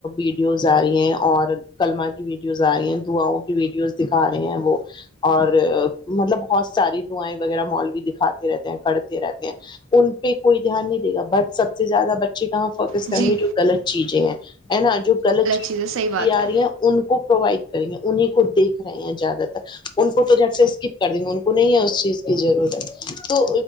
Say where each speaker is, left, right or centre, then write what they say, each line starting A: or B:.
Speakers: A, on the left; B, on the right.
A: ویڈیوز آ رہی ہیں اور کلما کی ویڈیوز آ رہی ہیں دعاؤں کی ویڈیوز دکھا رہے ہیں وہ اور مطلب بہت ساری دعائیں وغیرہ مالوی دکھاتے رہتے ہیں کرتے رہتے ہیں ان پہ کوئی دھیان نہیں دے گا بٹ سب سے زیادہ بچے کہاں فوکس
B: جی
A: کریں گی جو غط چیزیں ہیں ہے نا جو غلط چیزیں
B: چیز
A: رکھی
B: ہے صحیح بات
A: ج
B: ہے
A: رہی ہیں ان کو پرووائڈ کریں گے انہیں کو دیکھ رہے ہیں زیادہ تر ان کو تو جٹ سے اسکپ کر دیں گے ان کو نہیں ہے اس چیز کی ضرورت تو